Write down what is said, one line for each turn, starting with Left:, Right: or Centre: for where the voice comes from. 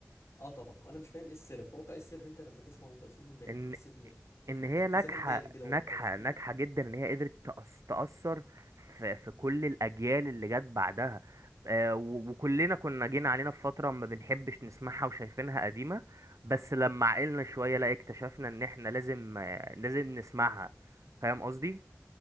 Left: اه طبعا وانا مش فاهم ايه السر تتوقع ايه السر إن انت لما تسمع ام كلثوم من بعيد
Right: ان
Left: تحس انك
Right: ان هي
Left: انك
Right: ناجحه
Left: في زمن تاني كده
Right: ناجحه
Left: وانك مبسوط
Right: ناجحه جدا ان هي قدرت تأث... تأثر في... في كل الاجيال اللي جت بعدها آه و... وكلنا كنا جينا علينا في فتره ما بنحبش نسمعها وشايفينها قديمه بس لما عقلنا شويه لا اكتشفنا ان احنا لازم آه، لازم نسمعها فاهم قصدي